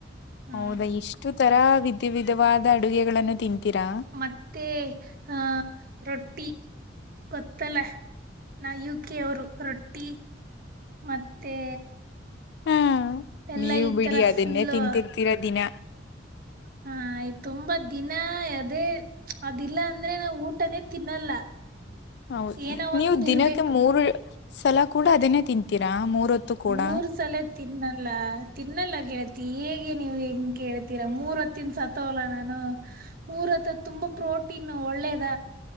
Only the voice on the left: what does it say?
ಹೌದಾ ಇಷ್ಟು ತರ ವಿತೀ ವಿದವಾದ ಅಡುಗೆಗಳನ್ನು ತಿಂತೀರಾ.
ಹಾ
ನೀವು
ಬಿಡಿ
ಅದನ್ನೇ
ತಿಂತಿರ್ತೀರ ದಿನ
ಹೌದು
ನೀವು ದಿನಕ್ಕೆ
ಮೂರು ಸಲ ಕೂಡ ಅದನೇ ತಿಂತೀರಾ ಮೂರ ಹೊತ್ತು ಕೂಡ.